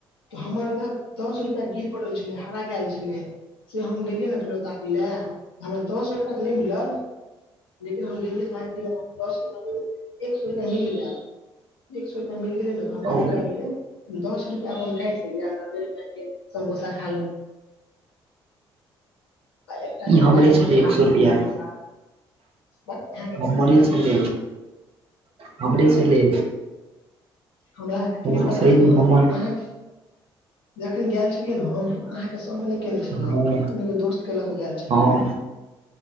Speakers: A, on the left; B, on the right.
A: तऽ हमर दस रुपैया गिर छलै हराक आएल छलै से हम गेलियै ने फेर तैं कि नइ हमरा दस रुपैआ तऽ नई मिलल लेकिन हम गेलियै त दस रुप एक सौ रुपैया मिल गया एक सौ रुपैया मिल गेलइ न हम कथी
B: ओ
A: करलियै दस रुपआ अपन काटि लेलियै नब्बे रुपआ के समोसा खा ले आ एकटा
B: ई
A: गंगा
B: हमरे
A: जी
B: छलइ
A: के चढ़ा
B: एक सौ
A: देलियै
B: रुपैआ
A: समोसा बस अहाँके
B: हमरे
A: कतऽ से हैत
B: छल हमरे छलै
A: हमरा
B: हँ
A: थोड़ी पता
B: सहीमे
A: छल हम
B: हमर
A: अह जखन गेल छलियै ने हम अ के सामने केने छलहुने
B: हँ
A: एगो दोस्त के लऽ के गेल छलियै
B: हँ